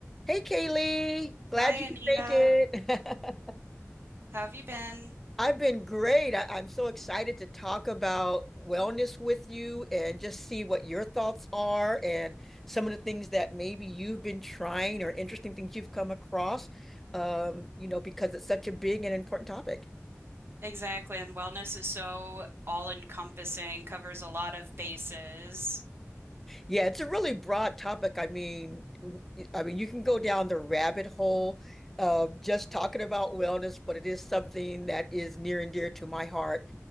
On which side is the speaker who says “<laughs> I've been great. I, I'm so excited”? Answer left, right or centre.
Centre